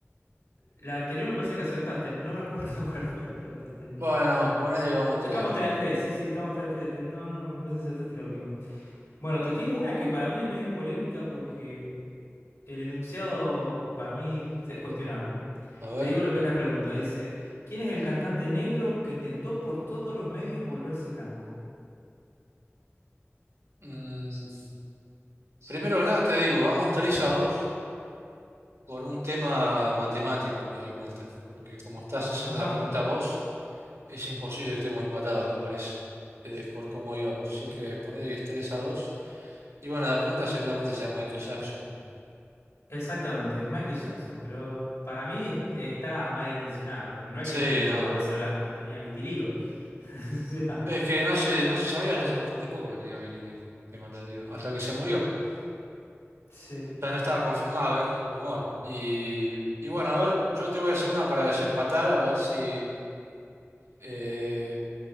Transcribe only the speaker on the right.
Bueno, ponele que vamos 3
a dos.
A ver,
mm, primero que nada te digo, vamos 3 a 2 por un tema matemático, me doy cuenta, porque como estás haciendo
la pregunta vos... Es imposible que estemos empatados, me parece, eh, por cómo íbamos. Así que ponele que es 3 a dos Y bueno, la pregunta seguramente sea Michael Jackson.
Sí,
no.
Es que no se, no se sabía hasta hace bastante poco que tenía vitiligo, tengo entendido. Hasta que se murió. O
sea, no estaba confirmado, era como un rumor. Y, y bueno, a ver, yo te voy a hacer una para desempatar, a ver si... Eh,